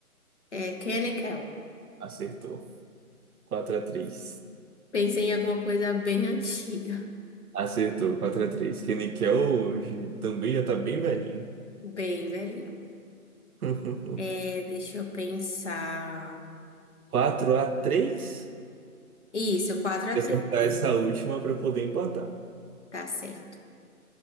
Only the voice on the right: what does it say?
Acertou. quatro a três
Acertou, quatro a três Que hoje também já tá bem velhinho.
<laughs>
quatro a três
Tem
que acertar essa última para poder empatar.